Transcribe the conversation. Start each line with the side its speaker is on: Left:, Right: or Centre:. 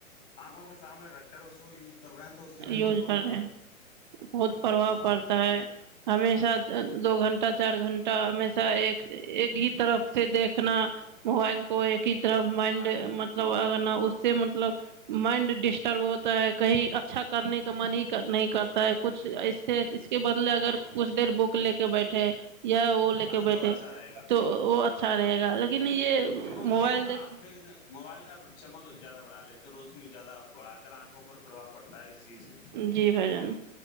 Left: آنکھوں کے سامنے رکھ کر اس کو یوز کر رہے ہیں تو اس سے بھی
Right: یوز
Left: بہت فرق
Right: کر
Left: پڑ
Right: رہے
Left: رہا
Right: بہت پربھؤ
Left: ہے ہاں
Right: پڑتا ہے ہمیشہ دو گھنٹہ چار گھنٹہ ہمیشہ ایک ایک ہی طرف سے دیکھنا موبائل کو ایک ہی طرف مائنڈ
Left: ہاں جی
Right: متب ملب نا اس سے مطلب مائنڈ ڈسٹرب ہوتا ہے کہیں اچھا کرنے کا من ہی نہیں کرتا ہے کچھ ایسے اس کے بدلے اگر کچھ دیر بک لے کے بیٹھے یا وہ لے
Left: ہاں
Right: کے
Left: تو
Right: بیٹھے
Left: اچھا رہے گا
Right: تو وہ اچھا رہے گا لیکن نہیں یہ
Left: کیونکہ اس
Right: موبائل
Left: کی آپ
Right: دیک
Left: دیکھ رہے موبائل کا چمک زیادہ بڑھا لے تو روشنی زیادہ بڑھا کر آنکھوں پر پرباؤ پڑتا ہے اس چیز سے
Right: جی بھجن